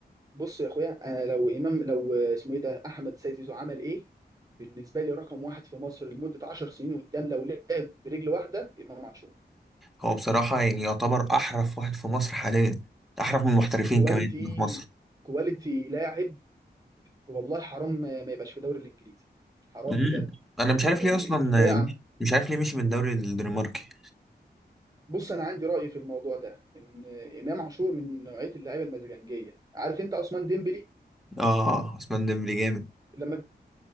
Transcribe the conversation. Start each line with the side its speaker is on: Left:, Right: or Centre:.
Right: بص يا اخويا انا لو امام لو آه، اسمه ايه ده احمد سيد زيزو عمل ايه بالنسبه لي رقم واحد في مصر لمده 10 سنين قدام لو لعب برجل واحده امام عاشور
Centre: هو بصراحه يعني يعتبر احرف واحد في مصر حاليا احرف من المحترفين
Right: كواليتي
Centre: كمان اللي في مصر
Right: كواليتي لاعب والله حرام ما ما يبقاش في الدوري الانجليزي حرام
Centre: امم
Right: بجد
Centre: انا مش عارف
Right: انه
Centre: ليه
Right: انه
Centre: اصلا
Right: ضيع
Centre: مش عارف ليه مشي من الدوري الدنماركي
Right: بص انا عندي راي في الموضوع ده ان امام عاشور من نوعيه اللعيبه المزاجنجيه عارف انت عثمان ديمبلي
Centre: اه عثمان ديمبلي جامد
Right: لما